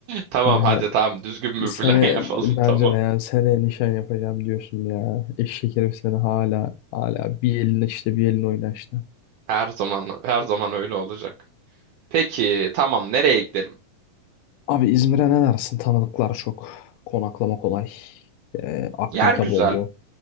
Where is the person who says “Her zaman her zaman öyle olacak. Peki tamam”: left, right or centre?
Right